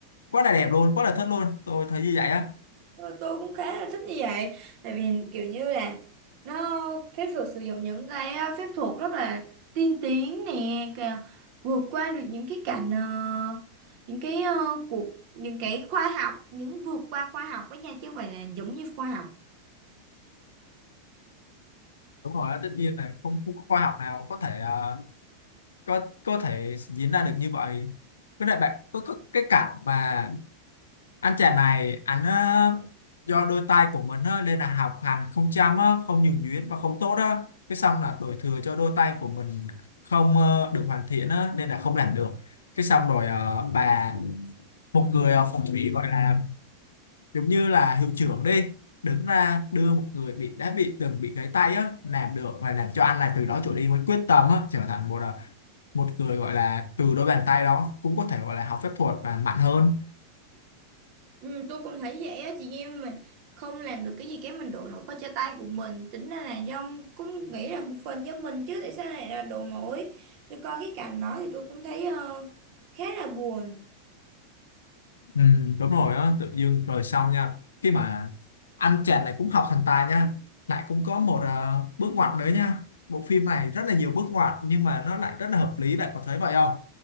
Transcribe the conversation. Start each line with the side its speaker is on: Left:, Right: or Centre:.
Left: quá là đẹp luôn quá là thích luôn tôi thấy như vậy á
Right: Ờ, tôi cũng khá là thích như vậy tại vì kiểu như là nó phép thuật sử dụng những cái ờ, phép thuật rất là tiên tiến nè cả- vượt qua được những cái cảnh ờ, những cái ờ, cuộc những cái khoa học những vượt qua khoa học với nhau chứ không phải là giống như khoa học
Left: đúng rồi á, tất nhiên là không, không có khoa học nào có thể ờ, có có thể diễn ra được như vậy với lại bạn có, có cái cảnh mà anh chàng này anh ờ, do đôi tay của mình á, nên là học hành không chăm á, không nhuần nhuyễn và không tốt á cái xong là đổ thừa cho đôi tay của mình không ờ, được hoàn thiện á, nên là không làm được cái xong rồi ờ, bà một người ờ, phong thủy gọi là giống như là hiệu trưởng đi đứng ra đưa một người bị đã bị từng bị gãy tay á làm được và làm cho anh này từ đó trở đi với quyết tâm á trở thành một à, một người gọi là từ đôi bàn tay đó cũng có thể gọi là học phép thuật và mạnh hơn
Right: ừ, tôi cũng thấy vậy á chị em mình không làm được cái gì cái mình đổ lỗi qua cho tay của mình tính ra là do cũng nghĩ là một phần do mình chứ tại sao lại là đổ lỗi tôi coi cái cảnh đó thì tôi cũng thấy ờ, khá là buồn
Left: ừ, đúng rồi á tự dưng rồi xong nha khi mà anh chàng này cũng học thành tài nha lại cũng có một ờ, bước ngoặt nữa nha bộ phim này rất là nhiều bước ngoặt nhưng mà nó lại rất là hợp lý bạn có thấy vậy không